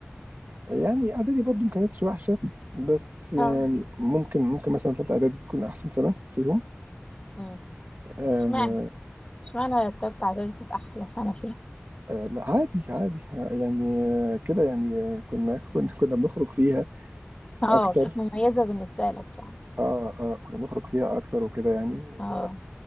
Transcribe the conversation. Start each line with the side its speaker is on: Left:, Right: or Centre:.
Right: يعني اعدادي برضو ما كانتش وحشه بس يعني
Left: اه
Right: ممكن ممكن مثلا ثالثه اعدادي تكون احسن سنه فيهم
Left: امم
Right: آه
Left: اشمعنى اشمعنى التالتة اعدادي كانت احلى سنه فيها
Right: آه، لا عادي عادي يعني آه، كده يعني آه، كنا كنا كنا بنخرج فيها
Left: اه
Right: اكتر
Left: كانت مميزه بالنسبه لك يعني
Right: اه اه كنا بنخرج فيها اكتر وكده يعني و...
Left: اه